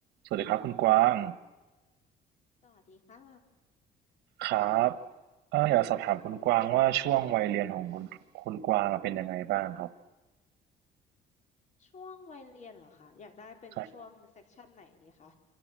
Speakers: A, on the right; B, on the left.
A: สวัสดีครับคุณกวาง
B: สวัสดีค่ะ
A: ครับเอออยากสอบถามคุณกวางว่าช่วงวัยเรียนของคุณคุณกวางเป็นยังไงบ้างครับ
B: ช่วงวัยเรียนเหรอคะอยากได้เป็นช่วงเซกชันไหนดีคะ
A: ครับ